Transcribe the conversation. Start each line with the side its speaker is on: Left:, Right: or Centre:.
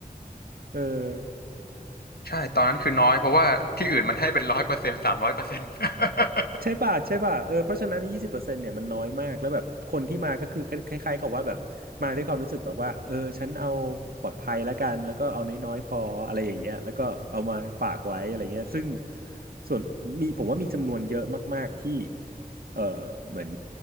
Right: เออ
Left: ใช่ตอนนั้นคือน้อยเพราะว่าที่อื่นมันให้เป็นร้อยเปอร์เซ็นต์สามร้อยเปอร์เซ็นต์ <laughs>
Right: ใช่ป่ะใช่ป่ะเออเพราะฉะนั้นยี่สิบเปอร์เซ็นต์เนี่ยมันน้อยมากแล้วแบบคนที่มาก็คือคล้ายคล้ายๆกับว่าแบบมาด้วยความรู้สึกแบบว่าเออฉันเอาปลอดภัยแล้วกันแล้วก็เอาน้อยๆพออะไรอย่างเงี้ยแล้วก็เอามาฝากไว้อะไรเงี้ยซึ่งส่วนมีผมว่ามีจำนวนเยอะมากๆที่เออเหมือน